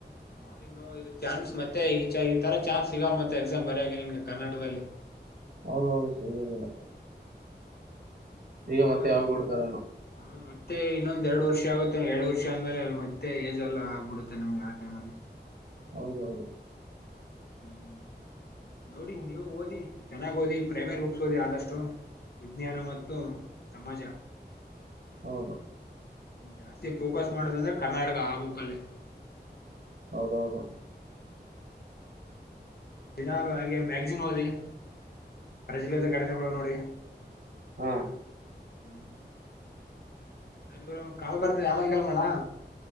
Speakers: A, on the left; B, on the right.
A: ಮಾಡಿ ಬೋ ಇದ್ರ ಚಾನ್ಸ್ ಮತ್ತೆ ಈ ಈ ತರ ಚಾನ್ಸ್ ಸಿಗಲ್ ಮತ್ತೆ ಎಕ್ಸಾಮ್ ಬರ್ಯಾಗಿ ನಿನ್ಗೆ ಕರ್ನಾಟಕದಲ್ಲಿ.
B: ಹೌದ ಹೌದು ಸಿಗುವುದಿಲ್ಲ.
A: ತುಂಬಾ
B: ಈಗ ಮತ್ತೆ ಯಾವ ಕೊಡ್ತಾರ ಏನು.
A: ಹಾ ಮತ್ತೆ ಇನ್ನೊಂದ ಎರಡು ವರ್ಷ ಆಗುತ್ತೆ ಎರಡು ವರ್ಷ ಆದ್ಮೇಲೆ ಮತ್ತೆ ಎಜೆಲ್ಲಾ ಆಗ್ಬಿಡುತ್ತೆ ನಮ್ಗೆ ಆ ಟೈಮ ಅಲ್ಲಿ.
B: ಹೌದ ಹೌದು.
A: ಹ್ಮ್ ನೋಡಿ ನೀವು ಓದಿ ಚೆನ್ನಾಗ್ ಓದಿ ಪ್ರೈಮೇರಿ ಬುಕ್ಸ್ ಓದಿ ಆದಷ್ಟು ವಿಜ್ಞಾನ ಮತ್ತು ಸಮಾಜ.
B: ಹೌದು.
A: ಜಾಸ್ತಿ ಫೋಕಸ್ ಮಾಡುದ ಅಂದ್ರೆ ಕರ್ನಾಟಕ ಆ ಬುಕಲ್ಲೆ
B: ಹೌದೌದು
A: ದಿನಾಲು ಅಂಗೆ ಮ್ಯಾಗ್ಜಿನ್ ಓದಿ <unintelligible> ಘಟನೆಗುಳ್ ನೋಡಿ
B: ಹಾ
A: ಹ್ಮ ಸರಿ ಬ್ರೊ ಕಾಲ್ ಬರ್ತಿದ್ ಆಮೆಲ್ ಕಾಲ್ ಮಾಡ್ಲ